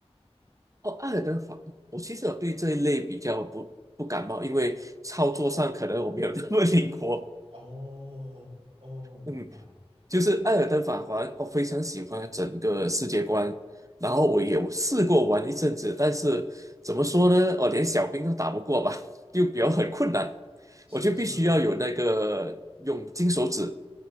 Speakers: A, on the right; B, on the right.
A: 哦，爱尔兰法，我其实我对这一类比较不不感冒，因为操作上可能我没有那么灵活。
B: 哦，哦，明白。
A: 嗯，就是《艾尔登法环》，
B: 那你
A: 我非常喜欢整个世界观。然后我有试过玩一阵子，但是怎么说呢？我连小兵都打不过吧，<laughs> 就比较很困难。
B: 是是，
A: 我就必须要有那个用金手指